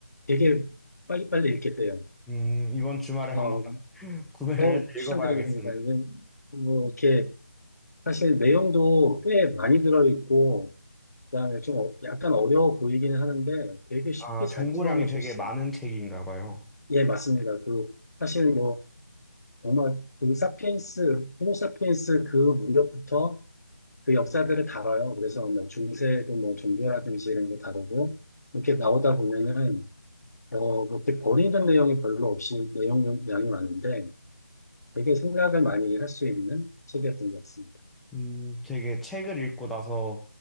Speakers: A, on the left; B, in the centre.
A: 되게 빨리빨리 읽게 돼요.
B: 음, 이번 주말에 한번
A: 어,
B: <laughs> 구매를
A: 어,
B: 해서
A: 추천드립니다.
B: 읽어봐야겠습니다.
A: 이건 뭐 이렇게 사실 내용도 꽤 많이 들어있고 그다음에 좀 어- 약간 어려워 보이기는 하는데 되게 쉽게
B: 아,
A: 잘
B: 정보량이
A: 풀어놓으셨어요.
B: 되게 많은 책인가 봐요.
A: 예, 맞습니다. 그 사실 뭐 정말 그 사피엔스, 호모사피엔스 그 무렵부터 그 역사들을 다뤄요. 그래서 뭐 중세도 뭐 종교라든지 이런 게 다르고 이렇게 나오다 보면은 어 그렇게 버리는 내용이 별로 없이 내용 양이 많은데 되게 생각을 많이 할 수 있는 책이었던 것 같습니다.
B: 음, 되게 책을 읽고 나서